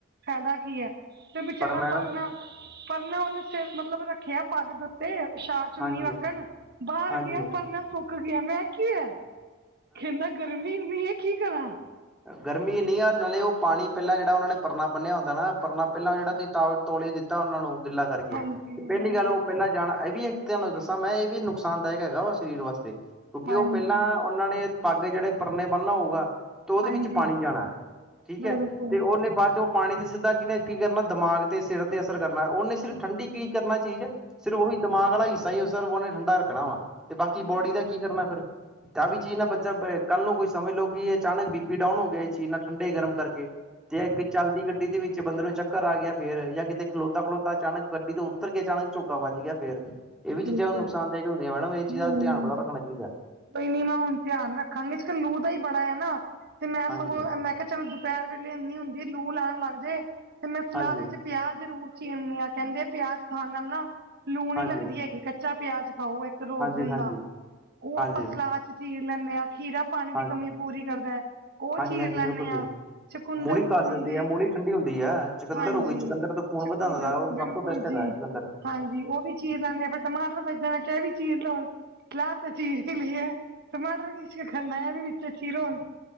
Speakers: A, on the right (about 50°); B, in the centre.
A: ਫਾਇਦਾ ਕੀ ਹੈ? ਤੇ ਵਿਚੇਚਾਰਾ
B: ਪਰ ਮੈਡਮ
A: ਪਰਨਾ-ਪਰਨਾ ਉਹਨੇ ਸਿਰ ਮਤਲਬ ਰੱਖਿਆ ਪੱਗ ਦੇ ਉੱਤੇ ਸ਼ਾ ਚੁੰਨੀ
B: ਹਾਂਜੀ,
A: ਵੱਖਣ ਬਾਹਰ
B: ਹਾਂਜੀ
A: ਗਿਆ ਪਰ ਨਾ ਸੁੱਕ ਗਿਆ ਮੈਂ ਕੀ ਹੈ? ਕਹਿੰਦਾ, ਗਰਮੀ ਇੰਨੀ ਹੈ ਕੀ ਕਰਾਂ?
B: ਗਰਮੀ ਇਂਹੀਂ ਆ ਨਾਲੇ ਉਹ ਪਾਣੀ ਪਹਿਲਾਂ ਜਿਹੜਾ ਉਹਨਾਂ ਨੇ ਪਰਨਾ ਬੰਨਿਆ ਹੁੰਦਾ ਨਾ ਪਰਨਾ ਪਹਿਲਾਂ ਜਿਹੜਾ ਤੁਸੀਂ ਤ ਤੋਲੀਆ ਦਿੱਤਾ ਉਹਨਾਂ ਨੂੰ ਗਿੱਲਾ ਕਰਕੇ,
A: ਹਾਂਜੀ,
B: ਤੇ ਪਹਿਲੀ
A: ਹਾਂਜੀ,
B: ਗੱਲ ਉਹ ਪਹਿਲਾਂ ਜਾਣਾ, ਇਹ ਵੀ ਇੱਕ ਤੁਹਾਨੂੰ ਦੱਸਾਂ ਮੈਂ ਇਹ ਵੀ ਨੁਕਸਾਨਦਾਇਕ ਹੈਗਾ ਵਾ ਸਰੀਰ ਵਾਸਤੇ। ਕਿਉਂਕਿ
A: ਹਾਂਜੀ,
B: ਉਹ ਪਹਿਲਾਂ ਉਹਨਾਂ ਨੇ ਪੱਗ ਜਿਹੜੇ ਪਰਨੇ ਬੰਨਨਾ ਹੋਊਗਾ। ਤੇ ਉਹਦੇ
A: ਹਾਂਜੀ
B: ਵਿੱਚ ਪਾਣੀ
A: ਬਿਲਕੁਲ ਹਾਂਜੀ,
B: ਜਾਣਾ ਠੀਕ
A: ਬਿਲਕੁਲ,
B: ਹੈ ਤੇ ਉਹਨੇ ਬਾਅਦ ਚੋਂ ਪਾਣੀ ਦੀ ਸਧਾਂ ਕਿ ਕੀ ਕਰਨਾ ਦਿਮਾਗ ਤੇ ਸਿਰ ਤੇ ਅਸਰ ਕਰਨਾ ਉਹਨੇ ਸਿਰਫ ਠੰਡੀ ਕੀ ਕਰਨਾ ਚੀਜ਼ ਸਿਰਫ ਉਹੀ ਦਿਮਾਗ ਵਾਲਾ ਹਿੱਸਾ ਹੀ ਉਹਨੇ ਠੰਡਾ ਰੱਖਣਾ ਵਾ। ਤੇ ਬਾਕੀ
A: ਹਾਂਜੀ,
B: ਬੋਡੀ ਦਾ ਕੀ ਕਰਨਾ ਫਿਰ ਤੇ ਆਹ ਵੀ ਚੀਜ਼ ਨਾ ਬੱਚਾ ਕੱਲ ਨੂੰ ਕੋਈ ਸਮਝ ਲਉ ਕਿ ਇਹ ਅਚਾਨਕ ਬੀਪੀ ਡਾਊਨ ਹੋ ਗਿਆਏ ਇਸ ਚੀਜ ਨਾਲ ਠੰਡੇ-ਗਰਮ ਕਰਕੇ ਤੇ ਇਹ ਚੱਲਦੀ ਗੱਡੀ ਦੇ ਵਿੱਚ ਬੰਦੇ ਨੂੰ ਚੱਕਰ ਆ ਗਿਆ ਫੇਰ ਜਾਂ ਕਿਤੇ ਖਲੋਤਾ-ਖਲੋਤਾ ਅਚਾਨਕ ਗੱਡੀ ਤੋਂ ਉਤਰ ਕੇ ਅਚਾਨਕ ਛੋਕਾ ਵੱਜ ਗਿਆ ਫੇਰ। ਇਹ ਵੀ
A: ਬਿਲਕੁਲ
B: ਚੀਜ਼ ਨੁਕਸਾਨਇਕ ਹੁੰਦੀਆਂ ਮੈਢਮ ਇਹ ਚੀਜਾ
A: ਹਾਂਜੀ।
B: ਦਾ ਧਿਆਨ ਬੜਾ ਰੱਖਣਾ ਚਾਹੀਦਾ।
A: ਕੋਈ ਨੀ ਮੈਂ ਹੁਣ ਧਿਆਨ ਰੱਖਾਂਗੀ ਅੱਜ-ਕੱਲ ਲੂ ਦਾ ਵੀ ਬੜਾ ਹੈਨਾ ਤੇ ਮੈਂ ਸਗੋਂ
B: ਹਾਂਜੀ
A: ਮੈਂ ਕਿਹਾ ਚਲੋ ਦੁਪਹਿਰ ਵੇਲੇ ਇੰਨੀ ਹੁੰਦੀ ਲੂ-ਲਾਉਣ ਲੱਗ ਜਏ ਤੇ ਮੈਂ ਸਲਾਹ
B: ਹਾਂਜੀ
A: ਦੇ ਵਿੱਚ ਪਿਆਜ਼ ਜ਼ਰੂਰ ਚੀਰਨੀ ਆ ਕਹਿੰਦੇ ਪਿਆਜ ਖਾਣ ਨਾਲ ਨਾ ਲੂ ਨੀ
B: ਹਾਂਜੀ
A: ਲੱਗਦੀ। ਹੈਗੀ, ਕੱਚਾ ਪਿਆਜ ਖਾਓ ਇੱਕ ਰੋਜ਼
B: ਹਾਂਜੀ
A: ਦਿਨ
B: ਹਾਂਜੀ
A: ਦਾ ਉਹ
B: ਹਾਂਜੀ
A: ਆਪਾਂ ਸਲਾਦ ਚ ਚੀਰ ਲੈਂਦੇ ਹਾਂ ਖੀਰਾ ਪਾਣੀ ਦੀ
B: ਹਾਂਜੀ
A: ਕਮੀ ਪੂਰੀ ਕਰਦਾ ਹੈ ਉਹ
B: ਹਾਂਜੀ
A: ਚੀਰ
B: ਹਾਂਜੀ
A: ਲੈਂਦੇ
B: ਬਿਲਕੁਲ
A: ਹਾਂ,
B: ਸਹੀ
A: ਚਕੁੰਦਰ
B: ਮੂਲੀ
A: ਖੂਨ
B: ਖਾ ਸਕਦੇ
A: ਦੀ
B: ਆ ਮੂਲੀ ਠੰਡੀ ਹੁੰਦੀ ਹੈ, ਚਕੰਦਰਰ
A: ਹਾਂਜੀ
B: ਹੋ ਗਈ ਚਕੰਦਰ ਤੋਂ ਖੂਨ
A: ਚਕੁੰਦਰ
B: ਵਧਾਉਦਾ ਦਾ ਉਹ
A: ਬਿਲਕੁਲ
B: ਸਭ ਤੋਂ ਬੈਸਟ
A: ਜੀ
B: ਹੈਗਾ ਚਕੰਦਰਰ।
A: ਹਾਂਜੀ, ਉਹ ਵੀ ਚੀਰ ਲੈਂਦੇ ਆ ਫਿਰ ਟਮਾਟਰ ਬਚਦੇ ਨੇ ਮੈਂ ਕਿਹਾ ਇਹ ਵੀ ਚੀਰ ਲਾਉ ਉਣ ਸਲਾਦ ਤਾਂ ਚੀਜ਼ ਹੀ ਲਇਏ। ਟਮਾਟਰ ਕਿ ਕਰਨਾ, ਐਵੀ ਚੀਰੋ ਉਨ।